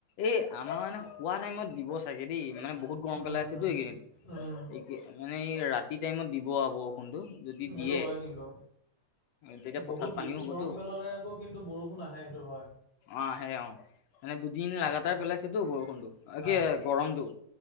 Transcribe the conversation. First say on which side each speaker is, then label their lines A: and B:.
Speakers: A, on the left (about 70°); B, on the left (about 20°).
A: এই আমাৰ মানে শুৱা টাইমত দিব চাগে দেই মানে বহুত গৰম
B: উম
A: পেলাই আছেতো
B: উম
A: এইকেইদিন
B: উম
A: এই মানে এই ৰাতি টাইমত দিব আও বৰষুণ। কোনটো, যদি
B: সেইটো
A: দিয়ে
B: হয় কিন্তু
A: তেতিয়া
B: বহুত
A: পথাৰত পানীও
B: বেছি
A: হ'বতো।
B: গৰম পেলালে আকৌ কিন্তু বৰষুণ আহে সেইটো হ
A: অ', সেই অ'। মানে দুদিন লাগাতাৰ
B: সঁচা কথা
A: পেলাইছেতো বৰষুণতটো অ',
B: না
A: কি গৰমটো।